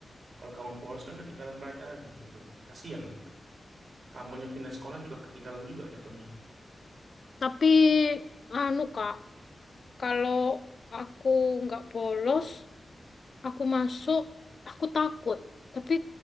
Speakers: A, on the right (about 65°); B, on the left (about 50°).
A: kalau kamu bolos kan ketinggalan pelajaran nanti tuh kasian kamunya pindah sekolah juga ketinggalan juga jatuhnya
B: Tapi, anu Kak, kalau aku nggak bolos, aku masuk, aku takut. Tapi